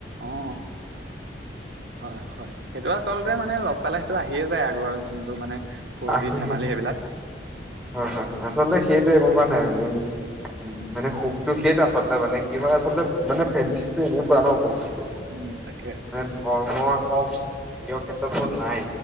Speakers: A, on the right; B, in the centre.
A: অ হয় হয় সেইটো আচলতে মানে লগ পালে আহিয়ে যায় আগৰ যোনটো মানে ফূৰ্তি
B: আহি
A: ধেমালি
B: হে
A: সেইবিলাক
B: হয় হয় আচলতে সেইটো এ নাই নোন উম মানে সুখটো সেইটে আছ আচল মানে কি হয় আচলতে মানে ফ্ৰেশ্বিপটো এনেকুৱা ন বৈহিত্বটো
A: উম, তাকে
B: নে ধৰ্মৰ হওক হেঅ ক্ষেত্ৰতো নাই